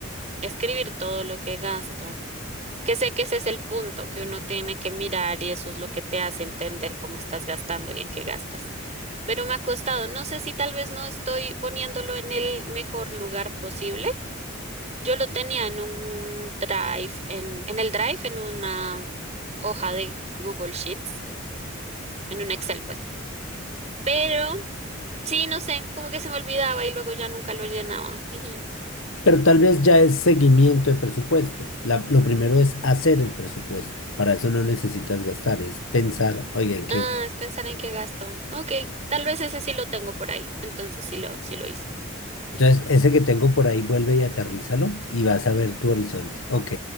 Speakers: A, on the right (about 30°); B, on the left (about 75°).
A: escribir todo lo que gasto, que sé que ese es el punto que uno tiene que mirar y eso es lo que te hace entender cómo estás gastando y en qué gastas. Pero me ha costado, no sé si tal vez no estoy poniéndolo en el mejor lugar posible. Yo lo tenía en un Drive, en, en el Drive, en una hoja de Google Sheets, en un Excel, pues. Pero sí, no sé, como que se me olvidaba y luego ya nunca lo llenaba. Jiji.
B: Pero tal vez ya es seguimiento de presupuesto. La- lo primero es hacer el presupuesto. Para eso no necesitas gastar, es pensar, oiga, ¿en qué?
A: Ah, es pensar en qué gasto. Ok, tal vez ese sí lo tengo por ahí. Entonces sí lo, sí lo hice.
B: Entonces, ese que tengo por ahí, vuelve y aterrízalo y vas a ver tu horizonte. Ok,